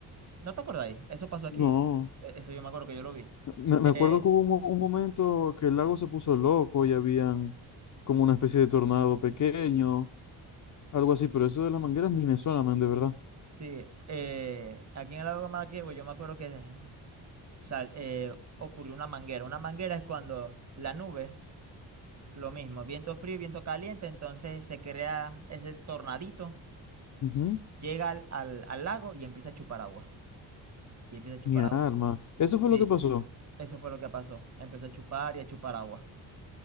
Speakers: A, on the right; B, on the left.
A: ¿No te acordáis? Eso pasó aquí.
B: No,
A: E- Eso yo me acuerdo que yo lo vi.
B: me, me
A: Eh,
B: acuerdo que hubo un, mo- un momento que el lago se puso loco y habían como una especie de tornado pequeño, algo así, pero eso de las mangueras ni me suena, man, de verdad.
A: sí, eh, aquí en el lago de Maracaibo yo me acuerdo que sal- eh, ocurrió una manguera. Una manguera es cuando la nube, lo mismo, viento frío, viento caliente, entonces se crea ese tornadito,
B: Ujú,
A: llega al, al, al lago y empieza a chupar agua. Y empieza a chupar
B: Mi alma.
A: agua.
B: Eso fue
A: Sí,
B: lo que pasó,
A: Eso fue lo que pasó. Empezó a chupar y a chupar agua.